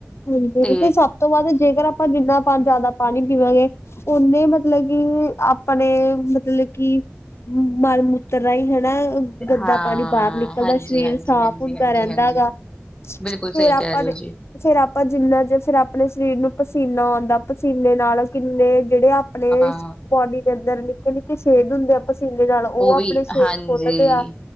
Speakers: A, on the left; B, on the left.
A: ਹਾਂਜੀਕ
B: ਤੇ
A: ਸਭ ਤੋਂ ਬਾਅਦ ਜੇਕਰ ਆਪਾਂ ਜਿੰਨਾ ਪਾ ਜ਼ਿਆਦਾ ਪਾਣੀ ਪੀਵਾਂਗੇ ਉਹਨੇ ਮਤਲਬ ਕੀ ਆਪਣੇ ਮਤਲਬ ਕੀ ਮਾਲ ਮੂਤਰ ਰਾਹੀਂ ਹੈਨਾ ਗੰਦਾ
B: ਹਾਂ
A: ਪਾਣੀ ਬਾਹਰ ਨਿਕਲਦਾ
B: ਹਾਂਜੀ
A: ਸਰੀਰ
B: ਹਾਂਜੀ
A: ਸਾਫ਼
B: ਹਾਂਜੀ
A: ਹੁੰਦਾ
B: ਹਾਂਜੀ
A: ਰਹਿੰਦਾ
B: ਹਾਂਜੀ
A: ਗਾ ਫੇਿਰ
B: ਬਿਲਕੁਲ ਸਹੀ
A: ਆਪਾਂ
B: ਕਹਿ ਰਹੇ
A: ਦੇ
B: ਹੋ ਜੀ
A: ਫੇਰ ਆਪਾਂ ਜਿੰਨਾ ਜੇ ਫੇਿਰ ਆਪਣੇ ਸਰੀਰ ਨੂੰ ਪਸੀਨਾ ਆਉਂਦਾ ਪਸੀਨੇ ਨਾਲ ਕਿੰਨੇ ਜਿਹੜੇ ਆਪਣੇ
B: ਹਾਂ
A: ਬੋਡੀ ਦੇ ਅੰਦਰ ਨਿੱਕੇ ਨਿੱਕੇ ਸ਼ੇਡ ਹੁੰਦੇ ਪਸੀਨੇ ਨਾਲ ਉਹ ਆਪਣੇ
B: ਵੀ
A: ਸ਼ੇਰ
B: ਹਾਂਜੀ
A: ਖੋਲਦੇ ਆ